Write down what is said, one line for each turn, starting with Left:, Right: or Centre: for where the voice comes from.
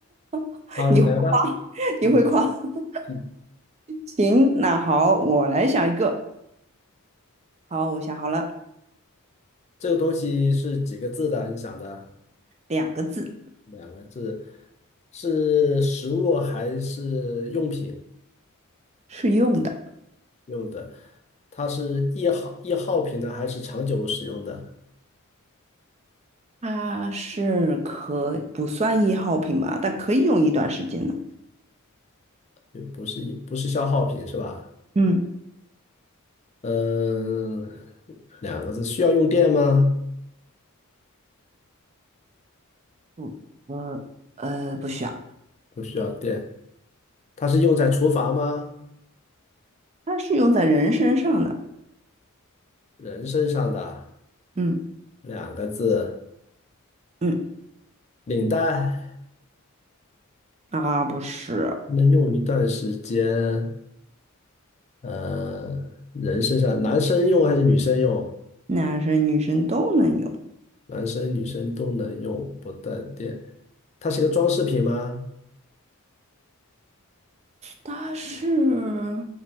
Right: <laughs>
Left: 好，
Right: 你会夸，
Left: 你来吧，
Right: <laughs>
Left: 嗯。
Right: 你会夸。<laughs>
Left: 嗯
Right: 行，那好，我来想一个。好，我想好了，
Left: 这个东西是几个字的？你想的
Right: 两个字，
Left: 两个字，是食物还是用品
Right: 是用的，
Left: 用的？它是易耗易耗品呢，还是长久使用的？
Right: 它是可不算易耗品吧，但可以用一段时间的。
Left: 又不是易不是消耗品是吧？
Right: 嗯，
Left: 嗯，两个字，需要用电吗？
Right: 不，我呃不需要，
Left: 不需要电。它是用在厨房吗？
Right: 它是用在人身上的。
Left: 人身上的
Right: 嗯
Left: 两个字，
Right: 嗯，
Left: 领带
Right: 啊，不是，
Left: 能用一段时间。呃，人身上，男生用还是女生用？
Right: 男生女生都能用。
Left: 男生女生都能用不带电。它是一个装饰品吗？
Right: 它是